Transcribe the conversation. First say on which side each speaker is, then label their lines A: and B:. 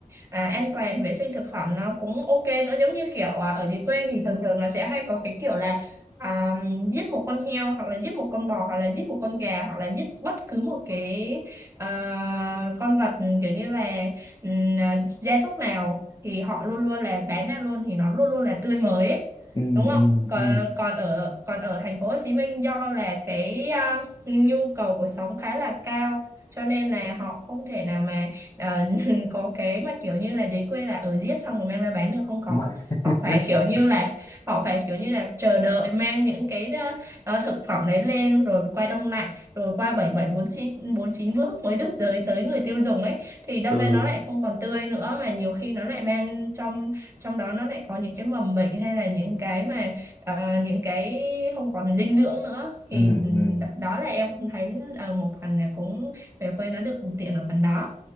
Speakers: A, on the right; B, on the left.
A: à, an toàn vệ sinh thực phẩm nó cũng ok nữa giống như kiểu à, ở dưới quê thì thường thường nó sẽ hay có cái kiểu là à, giết một con heo hoặc là giết một con bò hoặc là giết một con gà hoặc là giết bất cứ một cái à, con vật kiểu như là ừm, à, gia súc nào thì họ luôn luôn là bán ra luôn thì nó luôn luôn là tươi mới ấy.
B: ừ
A: đúng không
B: ừ
A: còn
B: ừ
A: còn ở còn ở thành phố Hồ Chí Minh do là cái à, nhu cầu cuộc sống khá là cao cho nên là họ không thể nào mà ờ, mình có cái mà kiểu như là giấy quê là ở giết xong rồi mang ra bán được không có
B: <laughs>
A: họ phải kiểu như là <laughs> họ phải kiểu như là chờ đợi mang những cái ờ, ờ, thực phẩm đấy lên rồi qua đông lạnh rồi qua bảy bảy bốn chín bốn chín bước mới được tới tới người tiêu dùng ấy thì đâm
B: ừ
A: ra nó lại không còn tươi nữa mà nhiều khi nó lại mang trong trong đó nó lại có những cái mầm bệnh hay là những cái mà ờ, những cái không còn dinh dưỡng nữa thì
B: ừ ừ,
A: đó là em cũng thấy ở một phần là cũng về quê nó được tiện ở phần đó